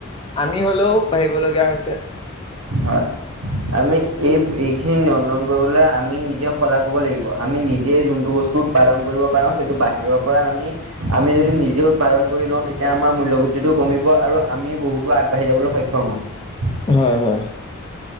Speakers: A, on the left; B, on the right.
A: আমি হ'লেও বাঢ়িবলগীয়া হৈছে।
B: হয়। আমি এই এইখিনি নিয়ন্ত্ৰণ কৰিবলৈ আমি নিজে সজাগ হ'ব লাগিব। আমি নিজে যোনটো বস্তু উৎপাদন কৰিব পাৰোঁ সেইটো বাহিৰৰ পৰা নানি, আমি যদি নিজে উৎপাদন কৰি লওঁ। তেতিয়া আমাৰ মূল্যবৃদ্ধিতটো কমিব, আৰু আমি বহুতো আগবাঢ়ি যাবলৈ সক্ষম হ'ম।
A: হয়, হয়,